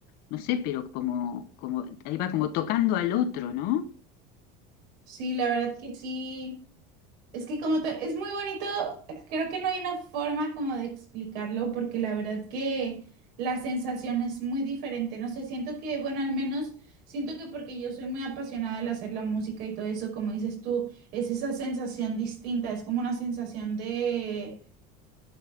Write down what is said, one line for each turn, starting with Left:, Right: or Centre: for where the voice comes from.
Left: no sé, pero como, como, ahí va como tocando al otro, ¿no?
Right: Sí, la verdad que sí. Es que como te- es muy bonito, creo que no hay una forma como de explicarlo, porque la verdad que la sensación es muy diferente. No sé, siento que, bueno, al menos siento que porque yo soy muy apasionada al hacer la música y todo eso, como dices tú, es esa sensación distinta, es como una sensación de